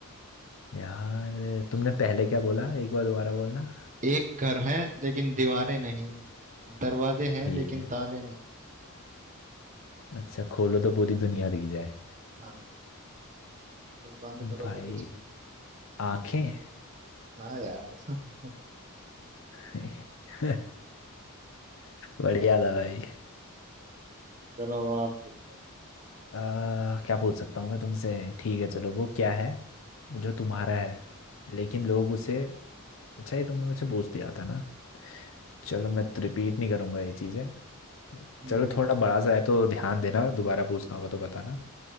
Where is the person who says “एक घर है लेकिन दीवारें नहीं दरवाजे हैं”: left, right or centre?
Right